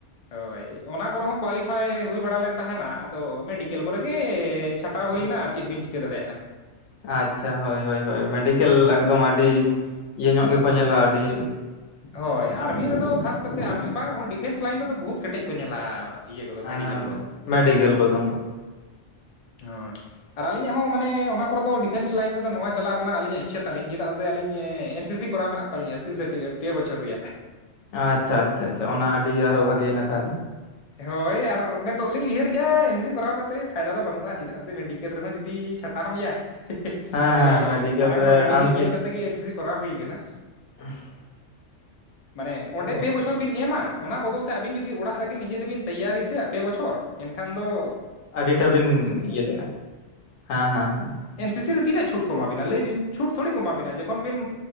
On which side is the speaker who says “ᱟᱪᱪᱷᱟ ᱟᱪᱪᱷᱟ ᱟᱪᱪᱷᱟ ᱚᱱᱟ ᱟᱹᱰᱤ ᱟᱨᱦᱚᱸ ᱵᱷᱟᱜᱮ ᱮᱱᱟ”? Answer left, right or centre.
Left